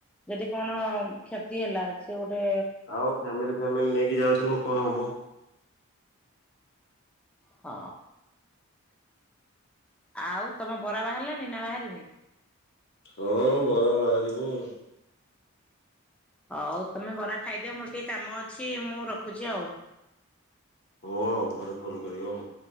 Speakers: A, in the centre; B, on the left (about 50°).
A: ଯଦି କଣ କ୍ଷତି ହେଲା, ସେ ଗୋଟେ
B: ଆଉ ଫ୍ୟାମିଲି ଫ୍ୟାମିଲି ନେଇକି ଯାଉଥିବ, କଣ ହବ
A: ହଁ। ଆଉ ତମ ବରା ବାହାରିଲାଣି ନା ବାହାରିନି?
B: ହଁ ବରା ବାହାରିବ ଆଉ।
A: ହଉ ତମେ ବରା ଖାଇଦିଅ, ମୋର ଟିକେ କାମ ଅଛି, ମୁଁ ରଖୁଛି ଆଉ।
B: ହଉ ଆଉ ପରେ ଫୋନ୍ କରିବ ଆଉ।